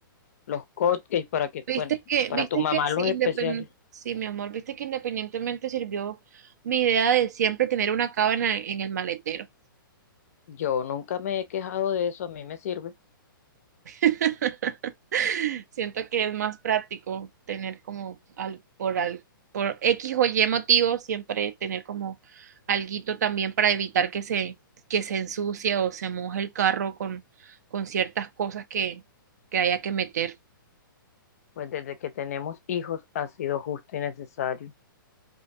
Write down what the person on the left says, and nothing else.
los cupcakes para que,
bueno,
para
tu mamá
los especiales.
Yo nunca me he quejado de eso, a mí me sirve,
pues desde que tenemos hijos ha sido justo y necesario.